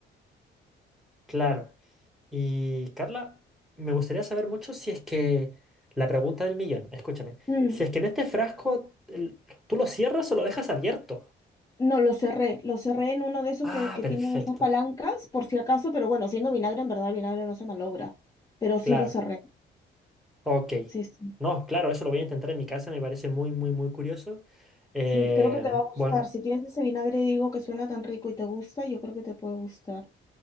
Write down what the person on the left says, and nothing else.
Mm.
No, lo cerré, lo cerré en uno de esos
que, que
tiene esas palancas, por si acaso, pero bueno, siendo vinagre, en verdad, vinagre no se malogra, pero sí
lo cerré,
sí, sí,
sí, creo que te va a gustar,
si tienes ese vinagre, digo, que suena tan rico y te gusta, yo creo que te puede gustar,